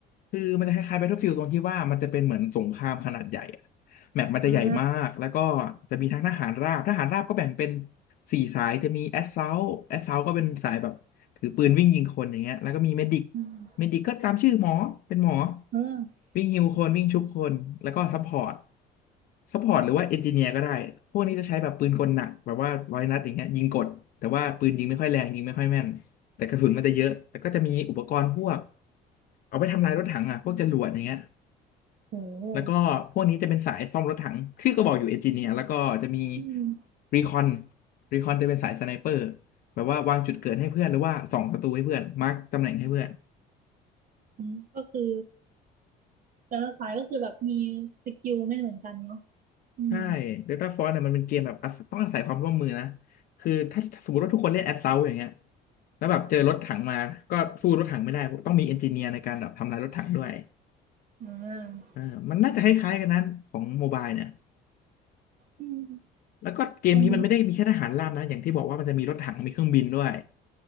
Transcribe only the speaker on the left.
คือมันจะคล้ายๆ Battlefield ตรงที่ว่ามันจะเป็นเหมือนสงครามขนาดใหญ่อะแมปมันจะใหญ่มากแล้วก็
จะมีทั้งทหารราบทหารราบก็แบ่งเป็นสี่สายจะมี Assault Assault ก็เป็นสายแบบถือปืนวิ่งยิงคนอย่างเงี้ยแล้วก็มี Medic
Medic ก็ตามชื่อหมอเป็นหมอ
วิ่งฮิวคนวิ่งชุบคนแล้วก็ Support Support หรือว่า Engineer ก็ได้พวกนี้จะใช้แบบปืนกลหนักแบบว่าร้อยนัดอย่างเงี้ยยิงกดแต่ว่าปืนยิงไม่ค่อยแรงยิงไม่ค่อยแม่นแต่กระสุนมันจะเยอะแล้วก็จะมีอุปกรณ์พวก เอาไปทำลายรถถังอ่ะพวกจรวดอย่างเงี้ย
แล้วก็พวกนี้จะเป็นสายซ่อมรถถังชื่อก็บอกอยู่เอนจิเนียร์แล้วก็จะมี
รีคอนรีคอนจะเป็นสายสไนเปอร์แบบว่าวางจุดเกิดให้เพื่อนหรือว่าส่องศัตรูให้เพื่อนมาร์กตำแหน่งให้เพื่อน
ใช่เดลต้าฟอร์เนี่ยมันเป็นเกมแบบอาศัยต้องอาศัยความร่วมมือนะคือถ้าสมมติว่าทุกคนเล่นแอ s ซ u ลตอย่างเงี้ยแล้วแบบเจอรถถังมาก็สู้รถถังไม่ได้ต้องมีเอนจิเนียร์ในการแบบทำลายรถถังด้วย
เออมันน่าจะคล้ายๆกันนั้นของโมบายเนี่ย
แล้วก็เกมนี้มันไม่ได้มีแค่ทหารราบนะอย่างที่บอกว่ามันจะมีรถถังมีเครื่องบินด้วย